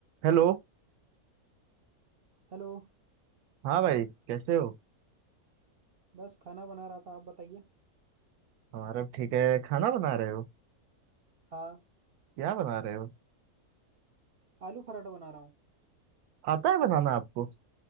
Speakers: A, on the right (about 80°); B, on the right (about 60°).
A: हेलो
B: Hello
A: हाँ भाई कैसे हो
B: बस खाना बना रहा था आप बताइए
A: हमारा भी ठीक है खाना बना रहे हो
B: हाँ
A: क्या बना रहे हो
B: आलू पराठा बना रहा हूँ
A: आता है बनाना आपको